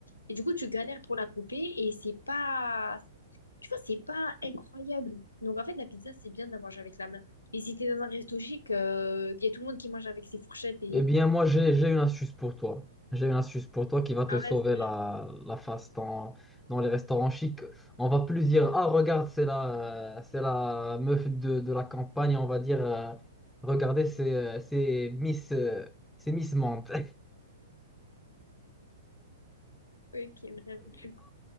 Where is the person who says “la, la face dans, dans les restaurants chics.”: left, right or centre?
Centre